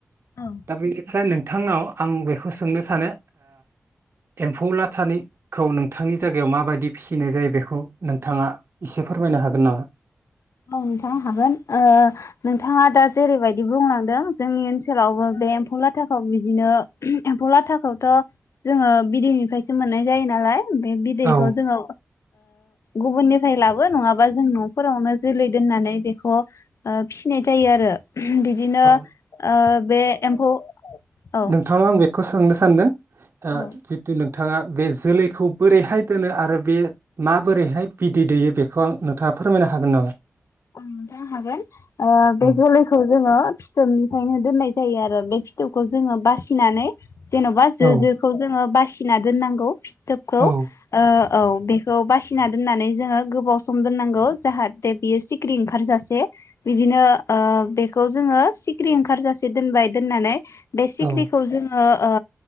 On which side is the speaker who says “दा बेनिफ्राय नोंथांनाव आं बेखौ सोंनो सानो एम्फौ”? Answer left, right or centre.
Right